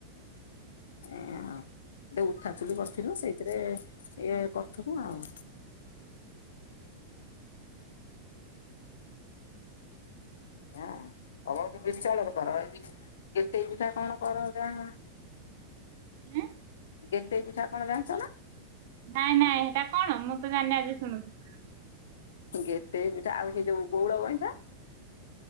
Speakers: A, on the left; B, on the right.
A: ଏଇଆ ଆଉ, ଗୋଟେ ଉଠା ଚୁଲି କରିଥିଲୁ ସେଇଥିରେ ଇଏ କରୁଥିଲୁ ଆଉ। ଏଇଆ ଆଉ ତମର କଣ ବିରି ଚାଉଳରେ କର? ଏ ଗେଟେଇ ପିଠା କଣ କର ଯା
B: ଏଁ।
A: ଗେଟେଇ ପିଠା କଣ ଜାଣିଛ ନା?
B: ନାଇଁ ନାଇଁ ହେଟା କଣ? ମୁଁ ତ ଜାଣିନି ଆଜି ଶୁଣୁଛି।
A: ଗେଟେଇ ପିଠା, ଆଉ ସେଇ ଯୋଉ ବଉଳ ଗଇଁଠା